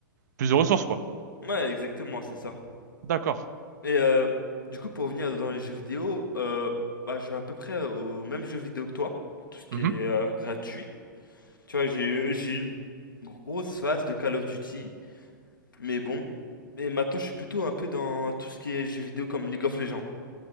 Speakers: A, on the right; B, on the left.
A: plus de ressources, quoi.
B: Ouais, exactement, c'est ça.
A: D'accord.
B: Et euh, du coup, pour revenir dans les jeux vidéo, euh, bah, je joue à peu près au même jeu vidéo que toi, tout ce qui
A: Mhm.
B: est euh, gratuit. Tu vois, j'ai eu- j'ai eu une grosse phase de Call of Duty, mais bon. Mais maintenant, je suis plutôt un peu dans tout ce qui est jeux vidéo comme League of Legends.